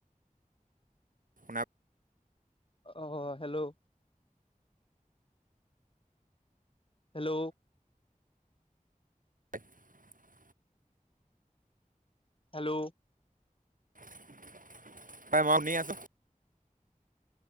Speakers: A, on the right; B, on the left.
A: শুনা
B: অ hello? Hello?
A: <unintelligible>
B: Hello?
A: <unintelligible>